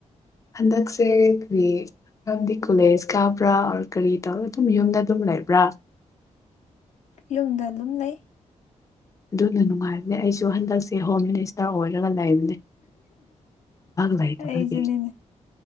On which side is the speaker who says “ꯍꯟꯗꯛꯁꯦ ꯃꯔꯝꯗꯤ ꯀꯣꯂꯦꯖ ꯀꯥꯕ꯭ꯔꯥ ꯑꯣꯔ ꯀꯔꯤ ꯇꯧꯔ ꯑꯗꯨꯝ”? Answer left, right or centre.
Left